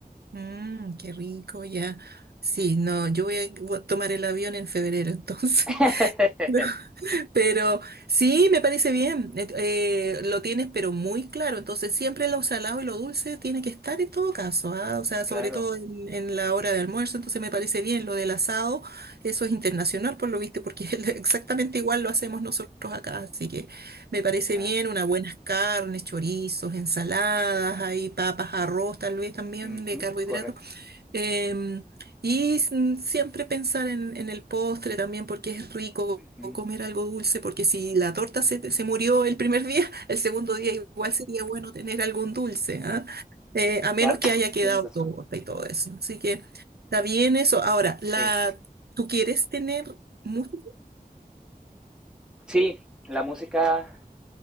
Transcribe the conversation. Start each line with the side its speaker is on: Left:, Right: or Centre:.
Right: Mm, qué rico, ya. Sí, no, yo voy a voy a tomar el avión en febrero, entonces.
Centre: <laughs>
Right: <laughs> <laughs> Pero sí, me parece bien. Et- eh, lo tienes, pero muy claro. Entonces, siempre lo salado y lo dulce tiene que estar en todo caso, ¿ah? O sea, sobre
Centre: Claro,
Right: todo en, en la hora de almuerzo. Entonces, me parece bien lo del asado. Eso es internacional, por lo visto, porque <laughs> es exactamente igual lo hacemos nosotros acá. Así que me parece
Centre: claro.
Right: bien unas buenas carnes, chorizos, ensaladas, ahí papas, arroz, tal vez también
Centre: Ujú,
Right: de carbohidratos.
Centre: correcto.
Right: Em, y s- mm, siempre pensar en, en el postre también porque es rico
Centre: Ujú.
Right: comer algo dulce, porque si la torta se, te- se murió el primer día, <laughs> el segundo día igual sería bueno tener algún dulce, ¿ah? Eh, a menos
Centre: Claro,
Right: que haya quedado
Centre: tienes razón.
Right: torta y todo eso. Así que está bien eso. Ahora,
Centre: Sí.
Right: la, ¿tú quieres tener mucho?
Centre: Sí, la música